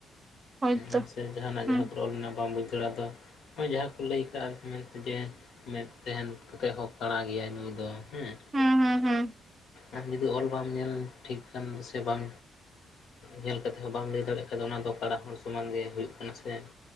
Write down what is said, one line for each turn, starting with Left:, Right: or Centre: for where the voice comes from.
Right: ᱦᱳᱭᱛᱚ
Left: ᱟᱨ ᱥᱮ ᱡᱟᱦᱟᱸᱱᱟᱜ
Right: ᱦᱩᱸ
Left: ᱡᱟᱦᱟᱸ ᱠᱚ ᱚᱞ ᱢᱮᱱᱱᱟᱜᱼᱟ, ᱵᱟᱢ ᱵᱩᱡᱽ ᱫᱟᱲᱮᱭᱟᱜᱼᱟ ᱛᱚ ᱱᱚᱜᱚᱭ ᱡᱟᱦᱟᱸ ᱠᱚ ᱞᱟᱹᱭ ᱠᱟᱜᱼᱟ ᱢᱮᱱᱛᱮ ᱡᱮ ᱢᱮᱫ ᱛᱮᱦᱮᱱ ᱠᱟᱛᱮᱜ ᱦᱚᱸ ᱠᱟᱲᱟ ᱜᱮᱭᱟ ᱱᱩᱭ ᱫᱚ ᱾ ᱦᱩᱸᱻ,
Right: ᱦᱩᱸ ᱦᱩᱸ ᱦᱩᱸ
Left: ᱟᱢ ᱡᱩᱫᱤ ᱚᱞ ᱵᱟᱢ ᱧᱮᱞ ᱴᱷᱤᱠ ᱠᱟᱱ ᱥᱮ ᱵᱟᱢ ᱧᱮᱞ ᱠᱟᱛᱮ ᱦᱚᱸ ᱵᱟᱢ ᱞᱟᱹᱭ ᱫᱟᱲᱮᱜ ᱠᱷᱟᱱ, ᱚᱱᱟ ᱫᱚ ᱠᱟᱸᱲᱟ ᱦᱚᱲ ᱥᱚᱢᱟᱱ ᱜᱮ ᱦᱩᱭᱩᱜ ᱠᱟᱱᱟ ᱥᱮ ᱾